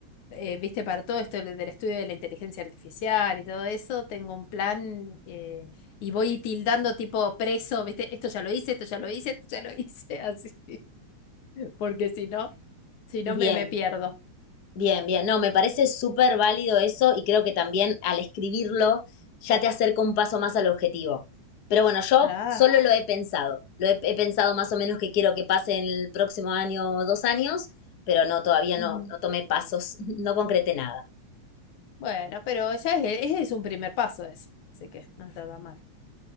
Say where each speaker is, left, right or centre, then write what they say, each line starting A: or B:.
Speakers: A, on the left; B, on the left.
A: eh, viste, para todo esto del del estudio de la inteligencia artificial y todo eso, tengo un plan eh, y voy tildando tipo preso, viste, esto ya lo hice, esto ya lo hice, esto ya lo hice, <laughs> así, porque si no, si no
B: Bien,
A: me, me pierdo.
B: bien, bien. No, me parece súper válido eso y creo que también al escribirlo ya te acerca un paso más al objetivo. Pero bueno, yo
A: La,
B: solo lo he pensado. Lo he, he pensado más o menos que quiero que pase en el próximo año o dos años, pero no, todavía no,
A: Ujú.
B: no tomé pasos, <laughs> no concreté nada.
A: Bueno, pero ya es, es un primer paso eso, así que no está tan mal.